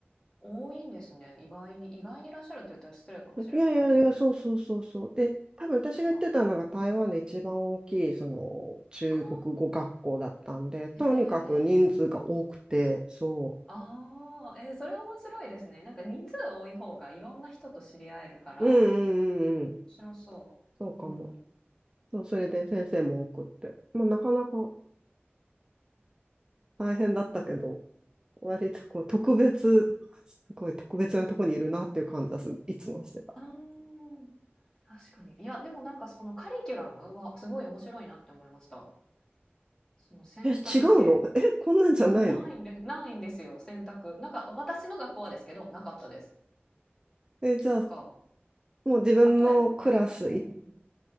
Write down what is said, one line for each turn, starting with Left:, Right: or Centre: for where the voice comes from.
Left: 多いんですね。意外に、意外にいらっしゃるって言ったら失礼かもしれないですけど、
Right: いやいやいや、そうそうそうそう。で、多分私が行ってたのが台湾で一番大きいその中国語学校だったんで、
Left: なんか、うん。ああ、
Right: とにかく人数が多くて、
Left: へえ、
Right: そ
Left: ああ、えー、それ面白いですね。なんか人数多い方がいろんな人と知り合えるから、
Right: う。うんうんうんうん。
Left: 面白そう。
Right: そうかも。
Left: うん。
Right: そう、それで先生も多くって。まあ、なかなか大変だったけど、
Left: うん。
Right: 割とこう特別、<laughs> すごい特別なとこにいるなっていう感じはすいつもしてた。
Left: あー確かに。いや、でもなんかそのカリキュラムはすごい面白いなって思いました。その選択制
Right: え、違うの <laughs> え、こんなんじゃないの
Left: 度な、ないんです、ないんですよ、選択。なんか私の学校はですけど、なかったです。
Right: え、じゃあ、
Left: なんか、
Right: もう自分のクラス行っ
Left: 例えうんうん。